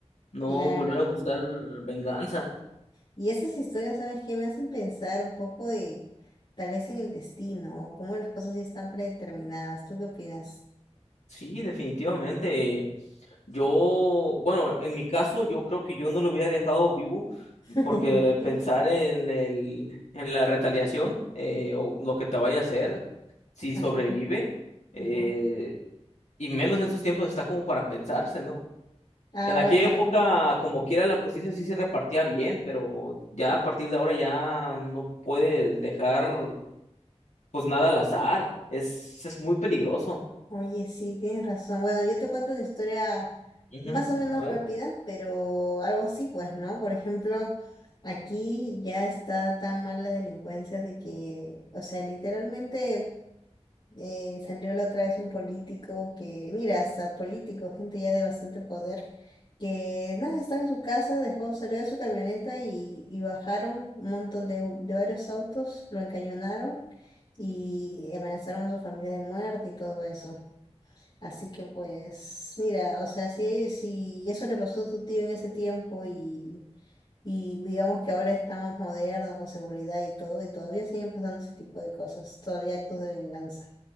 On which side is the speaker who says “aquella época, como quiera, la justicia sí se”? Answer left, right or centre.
Left